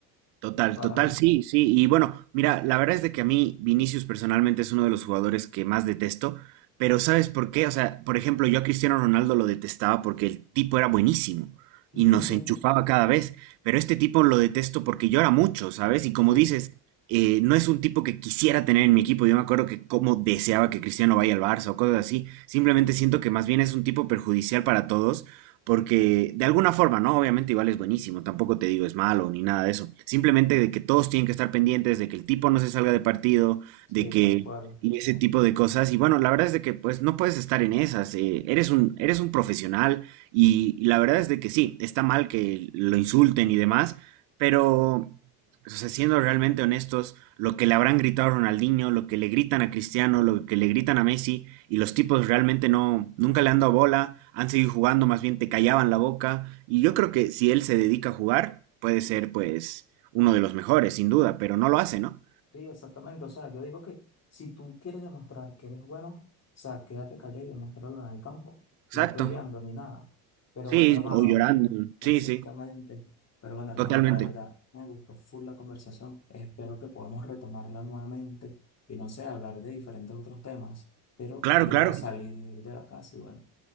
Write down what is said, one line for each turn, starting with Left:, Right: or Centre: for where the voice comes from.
Right: Total,
Left: para
Right: total,
Left: mí.
Right: sí, sí. Y bueno, mira, la verdad es de que a mí Vinicius personalmente es uno de los jugadores que más detesto, pero ¿sabes por qué? O sea, por ejemplo, yo a Cristiano Ronaldo lo detestaba porque el tipo era buenísimo y
Left: <laughs>
Right: nos enchufaba cada vez, pero este tipo lo detesto porque llora mucho, ¿sabes? Y como
Left: Sí,
Right: dices, eh, no es un tipo que quisiera tener en mi equipo. Yo me acuerdo que como deseaba que Cristiano vaya al Barça o cosas así. Simplemente siento que más bien es un tipo perjudicial para todos porque de alguna forma, ¿no? Obviamente igual es buenísimo, tampoco te digo es malo ni nada de eso. Simplemente de que todos tienen que estar pendientes, de que el tipo no se salga de partido,
Left: sí,
Right: de que
Left: tal cual.
Right: y ese tipo de cosas. Y bueno, la verdad es de que pues no puedes estar en esas. eh, eres un, eres un profesional y, y la verdad es de que sí, está mal que lo insulten y demás, pero o sea, siendo realmente honestos, lo que le habrán gritado a Ronaldinho, lo que le gritan a Cristiano, lo que le gritan a Messi, y los tipos realmente no, nunca le han dado bola, han seguido jugando, más bien te callaban la boca, y yo creo que si él se dedica a jugar, puede ser pues uno de los mejores, sin duda, pero no lo hace, ¿no?
Left: Sí, exactamente. O sea, yo digo que si tú quieres demostrar que eres bueno, o sea, quédate callado y demuéstralo en el campo,
Right: Exacto,
Left: no peleando ni nada. Pero
Right: sí,
Left: bueno, hermano,
Right: o llorando,
Left: exactamente.
Right: sí, sí,
Left: Pero bueno, hermano,
Right: totalmente.
Left: la verdad, me gustó full la conversación. Espero que podamos retomarla nuevamente y no sé, hablar de diferentes otros temas. Pero
Right: Claro,
Left: debo
Right: claro,
Left: salir de la casa y bueno,